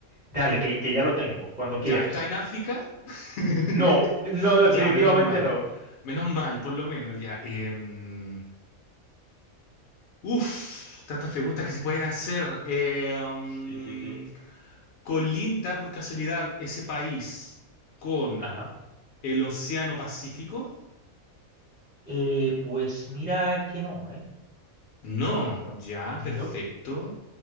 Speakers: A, on the right; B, on the left.
A: Dale, que, que ya lo tengo, cuando
B: Ya
A: quieras.
B: está en África. <laughs>
A: No, no, definitivamente
B: Ya, menos mal.
A: no.
B: Menos mal, por lo menos, ya. Em, uf, tantas preguntas que se pueden hacer. Em,
A: Sí, sí, sí.
B: ¿colinda por casualidad ese país con
A: Ajá.
B: el Océano Pacífico?
A: Eh, pues mira que no, ¿eh?
B: No,
A: No, no,
B: ya,
A: no.
B: perfecto.